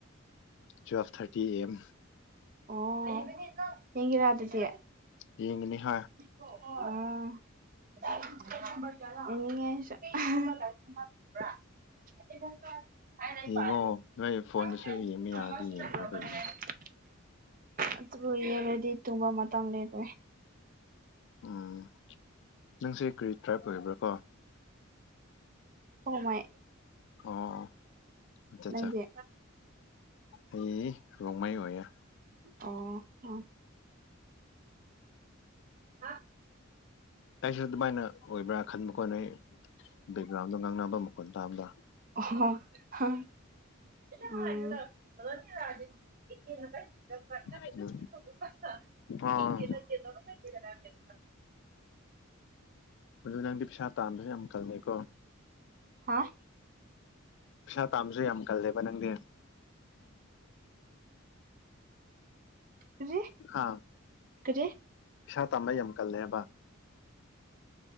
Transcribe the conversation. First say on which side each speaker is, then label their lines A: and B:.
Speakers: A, on the left (about 60°); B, on the right (about 40°).
A: twelve thirty A M
B: O ꯌꯦꯡꯒꯦꯔꯥ ꯑꯗꯨꯗꯤ
A: ꯌꯦꯡꯉꯤꯅꯤ ꯍꯥ
B: <unintelligible> <unintelligible> ꯅꯤꯡꯉꯦ ꯑꯩꯁꯨ
A: ꯌꯦꯡꯉꯣ ꯅꯣꯏ ꯐꯣꯟꯗꯁꯨ
B: <unintelligible>
A: ꯌꯦꯡꯕ ꯌꯥꯔꯗꯤ ꯌꯦꯡꯈ꯭ꯔꯣ ꯀꯩꯅꯣ
B: ꯑꯗꯨꯕꯨ ꯌꯦꯡꯔꯗꯤ ꯇꯨꯝꯕ ꯃꯇꯝ ꯂꯩꯇ꯭ꯔꯦ
A: ꯎꯝ ꯅꯪꯁꯦ ꯀꯔꯤ ꯇ꯭ꯔꯥꯏꯞ ꯑꯣꯏꯕ꯭ꯔꯥ ꯀꯣ
B: ꯍꯣꯃꯩ
A: ꯑꯣ ꯑꯠꯆꯥ
B: ꯅꯪꯗꯤ
A: ꯑꯠꯆꯥ ꯑꯩ ꯔꯣꯡꯃꯩ ꯑꯣꯏꯌꯦ
B: ꯑꯣ ꯑꯣ ꯍꯥ
A: ꯑꯩꯁꯨ ꯑꯗꯨꯃꯥꯏꯅ ꯑꯣꯏꯕ꯭ꯔꯥ ꯈꯟꯕꯀꯣ ꯅꯣꯏ ꯕꯦꯛꯒ꯭ꯔꯥꯎꯟꯗꯣ ꯉꯥꯡꯅꯕ ꯃꯈꯣꯟ ꯇꯥꯕꯗꯥ
B: <unintelligible> <unintelligible>
A: ꯑꯗꯨ
B: <unintelligible>
A: ꯑꯥ ꯑꯗꯨ ꯅꯪꯗꯤ ꯄꯩꯁꯥ ꯇꯥꯟꯕꯁꯨ ꯌꯥꯝ ꯀꯟꯂꯦꯀꯣ
B: ꯍꯣꯏ
A: ꯄꯩꯁꯥ ꯇꯥꯟꯕꯁꯨ ꯌꯥꯝ ꯀꯜꯂꯦꯕ ꯅꯪꯗꯤ
B: ꯀꯔꯤ
A: ꯍꯥ
B: ꯀꯥꯔꯤ
A: ꯄꯩꯁꯥ ꯇꯝꯕ ꯌꯥꯝ ꯀꯜꯂꯦ ꯍꯥꯏꯕ